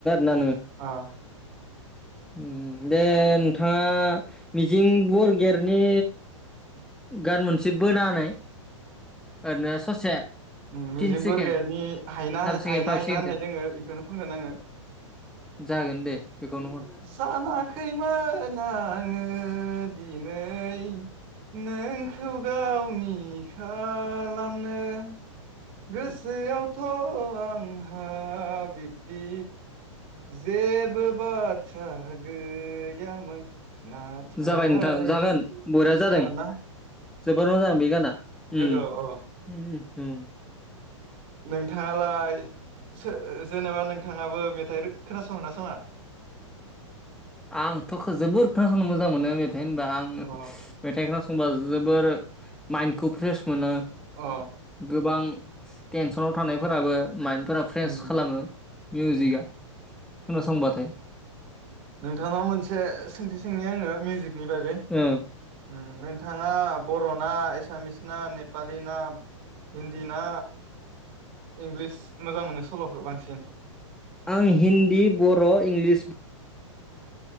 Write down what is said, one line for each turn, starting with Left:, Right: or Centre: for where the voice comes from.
Centre: नानो
Right: अ
Centre: उम दे नोंथाङा मिजिं बरगयारिनि गान मोनसे बोना होनाय ओरैनो ससे
Right: उम मिजिं
Centre: तिन सेकेण्ड
Right: बरगयारिनि हायना
Centre: सारि सेकेण्ड
Right: हायना
Centre: फाइभ
Right: होननाय
Centre: सेकेण्डसो
Right: दोङो बेखौनो खनगोन आङो
Centre: जागोन दे बेखौनो हर
Right: सानाखैमोन आङो दिनै नै नोंखौ गावनि खा- खालामलामनो गोसोआवथ' आंहा बा बिब्दि जेबो बाथ्रा गैयामोन नाथाय
Centre: जागाय नोंथां जागोन
Right: आं
Centre: बरया जादों
Right: जागोन ना
Centre: जोबोर मोजां बे गाना
Right: <unintelligible>
Centre: उम
Right: औ औ ।
Centre: उम उम
Right: नोंथाङालाय सो जेनेबा नोंथाङाबो मेथाइ खोनासंनासङा?
Centre: आंथ' जोबोर खोनासंनो मोजां मोनो मे थाय होनबा आं
Right: अ
Centre: <inaudible> मेथाइखो खनबा जोबोर माइन्दखौ फ्रेस मोनो
Right: अ
Centre: गोबां टेनसनाव थानायफोराबो माइन्दफोरा फ्रेस
Right: उम
Centre: खालामो मिउजिकआ
Right: उम
Centre: खोनासंबाथाय ।
Right: नोंथांनाव मोनसे सोंथि सोंनि आङो मिउजिकनि बागै
Centre: ओ
Right: उम नोंथाङा बर'ना एसामिस ना नेपालि ना हिन्दी ना इंलिस मोजां मोनो सल'खौ बांसिन?
Centre: आं हिन्दी बर' इंलिस